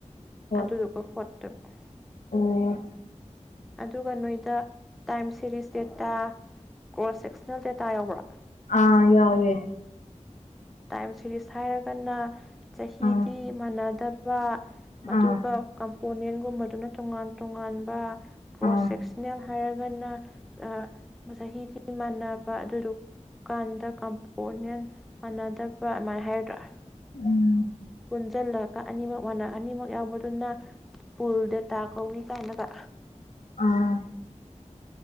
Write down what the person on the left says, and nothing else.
ꯍꯣꯏ
ꯑꯣ
ꯑꯥ ꯌꯥꯎꯋꯦ
ꯑꯥ
ꯑꯥ
ꯑꯥ
ꯎꯝ
ꯑꯥ